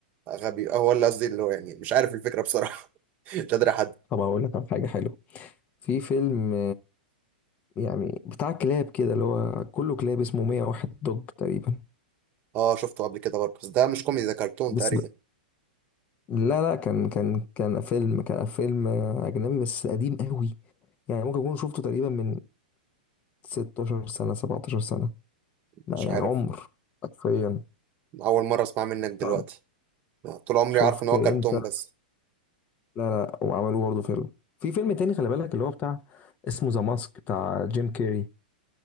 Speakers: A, on the right; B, on the left.
A: غبي اه هو اللي قصدي اللي هو يعني مش عارف الفكرة بصراحة <laughs> مش قادر أحد
B: طب هقول لك على حاجه حلوه في فيلم يعني بتاع كلاب كده اللي هو كله كلاب اسمه 101 دوج تقريبا
A: اه شفته قبل كده برضه بس ده مش كوميدي ده كرتون
B: بس
A: تقريبا
B: ب... لا لا كان كان كان فيلم كان فيلم أجنبي بس قديم قوي يعني ممكن أكون شفته تقريبا من 16 سنة 17 سنة لا
A: مش
B: يعني
A: عارف
B: عمر حرفيا
A: أول مرة أسمع منك دلوقتي
B: طب
A: آه، طول عمري
B: شفت
A: عارف إن هو
B: أنت
A: كرتون بس
B: لا لا وعملوه برضه فيلم في فيلم تاني خلي بالك اللي هو بتاع اسمه ذا ماسك بتاع جيم كيري